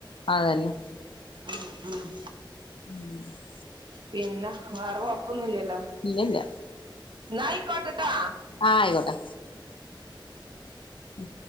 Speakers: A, on the left; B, on the right.
A: അതന്നെ
B: ഉം ഉം
A: <unintelligible>
B: പിന്നെ വേറെ കൊഴപ്പൊന്നും ഇല്ലല്ലോ
A: ഇല്ലല്ല
B: എന്നാ ആയിക്കോട്ടട്ടോ
A: ആ ആയിക്കോട്ടെ ഉം